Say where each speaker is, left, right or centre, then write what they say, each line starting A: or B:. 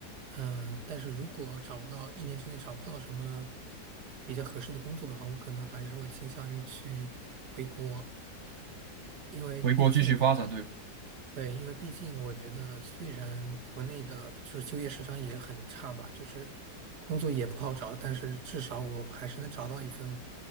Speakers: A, on the right; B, on the right.
A: 呃，但是如果找不到，一年之内找不到什么比较合适的工作的话，我可能还是会倾向于去回国，因为毕竟。
B: 回国继续发展，对吧？
A: 对，因为毕竟我觉得，虽然国内的就是就业市场也很差吧，就是工作也不好找，但是至少我还是能找到一份